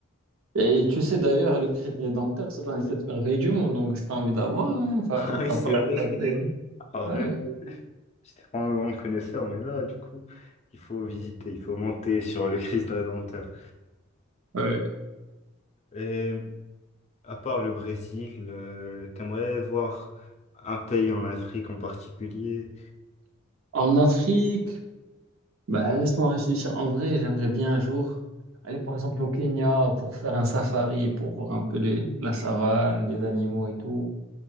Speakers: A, on the right (about 75°); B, on the left (about 30°).
A: Et tu sais, d'ailleurs, le Christ Rédempteur, c'est dans les sept merveilles du monde. Donc, si t'as envie de la voir, hein, fa-
B: <laughs> Ah
A: fa-
B: oui, c'est
A: falloir
B: vrai.
A: passer.
B: En
A: Ouais.
B: vrai, moi, j'étais pas un grand connaisseur, mais là, du coup, il faut visiter, il faut monter sur le Christ Rédempteur.
A: Ouais.
B: Et À part le Brésil, euh, t'aimerais voir un pays en Afrique en particulier?
A: En Afrique, Bah, laisse-moi réfléchir. En vrai, j'aimerais bien un jour aller par exemple au Kenya pour faire un safari, pour voir un peu les, la savane, les animaux et tout.